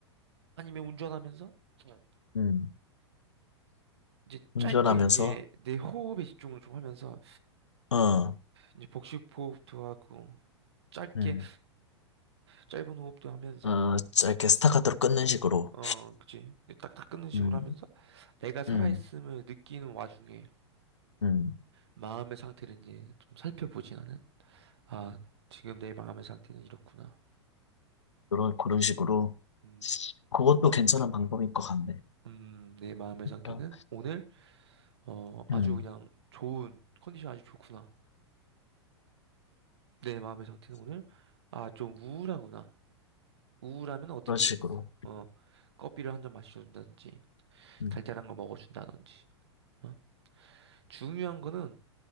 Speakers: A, on the right (about 65°); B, on the left (about 75°).
A: 아니면 운전하면서 네.
B: 음.
A: 이제
B: 운전하면서,
A: 짧게 이제 내 호흡에 집중을 좀 하면서
B: 어,
A: 이제 복식 호흡도 하고 짧게
B: 음,
A: 짧은 호흡도 하면서
B: 어, 짧게 스타카토로 끊는 식으로.
A: 어, 그치. 딱딱 끊는 식으로
B: 음,
A: 하면서 내가 살아있음을
B: 음,
A: 느끼는 와중에
B: 음.
A: 마음의 상태를 이제 좀 살펴보지 나는. 아, 지금 내 마음의 상태는 이렇구나.
B: 그런, 그런 식으로.
A: 음,
B: 그것도 괜찮은 방법일 것 같네.
A: 음, 내 마음의
B: 그러니까,
A: 상태는 오늘, 어, 아주
B: 음,
A: 그냥 좋은, 컨디션 아주 좋구나. 내 마음의 상태는 오늘, 아, 좀 우울하구나. 우울하면 어떻게
B: 그런 식으로.
A: 해야겠어? 어, 커피를 한 잔 마셔준다든지,
B: 음.
A: 달달한 거 먹어준다든지, 어? 중요한 거는